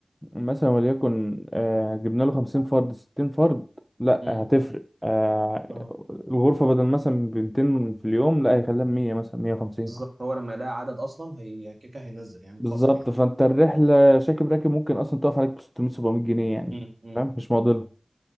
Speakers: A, in the centre; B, on the right.
A: مثلا وليكن آه جبنا له خمسين فرد ستين فرد لا
B: امم
A: هتفرق آه
B: اه
A: الغرفة بدل مثلا بمتين في اليوم لا هيخليها مية مثلا مية وخمسين
B: بالظبط هو لما يلاقي عدد اصلا هي كيكه هينزل يعمل
A: بالظبط
B: خصم يعني
A: فانت الرحلة شاكب راكب ممكن اصلا تقف عليك بستمية سبعمية جنيه يعني
B: امم امم
A: فاهم مش معضلة